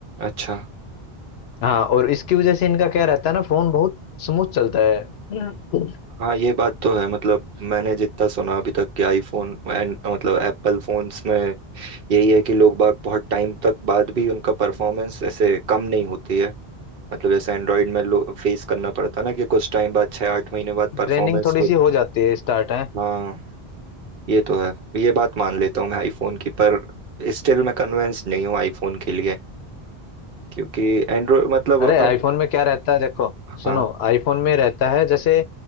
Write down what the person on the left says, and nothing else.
हाँ और इसकी वजह से इनका क्या रहता है ना फोन बहुत स्मूथ चलता है <coughs>
ड्रेनिंग थोड़ी
सी हो जाती है स्टार्ट है
अरे
आईफोन में क्या रहता है देखो
सुनो आईफोन में रहता है जैसे